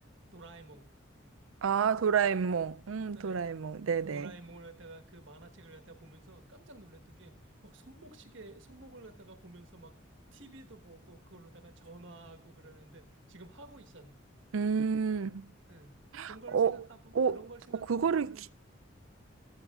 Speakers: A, on the right; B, on the right.
A: 도라에몽,
B: 아, 도라에몽. 음,
A: 예,
B: 도라에몽. 네네.
A: 도라에몽을 갖다가 그 만화책을 갖다가 보면서 깜짝 놀랐던 게 막 손목시계, 손목을 갖다가 보면서 막 TV도 보고 그걸로다가 전화하고 그러는데 지금 하고 있잖아.
B: 음.
A: 예, 그런 걸
B: 어,
A: 생각해보면,
B: 어, 어,
A: 그런 걸 생각해보면은
B: 그거를 기,